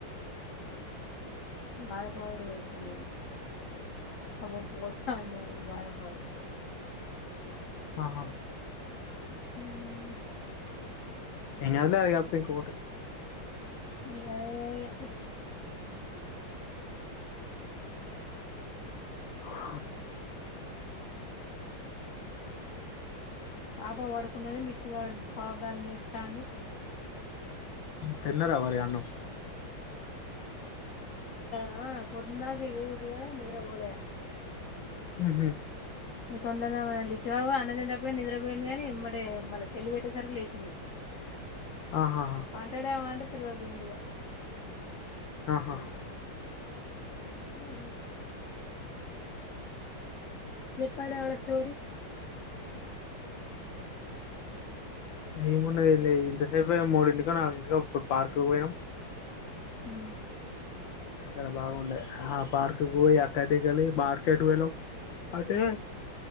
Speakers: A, on the left; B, on the left.
A: బాధ పడి వెస్ట్ నేను అబ్బ పోతండు అని బడపడ
B: ఆహా
A: హ్
B: ఏం కాదులే అది కాకపోతే ఇంకొకటి
A: అదే ఇగ
B: ఆ
A: పాప పడుకున్నది బిట్టు గాడు పాప్దాల మేస్తాండు
B: తిన్నరా మరి అన్నం.
A: ఆ పొద్దుందాకా ఎగిరిన్రుగా నిద్రపోలే
B: మ్ హ్
A: తొందర్గా లిట్టూగాడ్ అన్నం తినేటప్పుడే నిద్రపోయిండు గనీ ఎంబటే మళ్ళ సెల్లు పెట్టేసరికి లేచిండు.
B: ఆహా
A: పంటాడేమో అంటే తరువాకుడి
B: ఆహా
A: ఆ చెప్పాడు ఆడ స్టోరీ
B: ఈ మన్నద ఇల్ ఇంత సేపు మూడింటికో నాలుగుంటికో అప్పుడు పార్కు పోయినాం
A: హ
B: అక్కడ బాగుండే ఆ పార్కు పోయి అక్కడ కలి మార్కెట్ వెళం అటే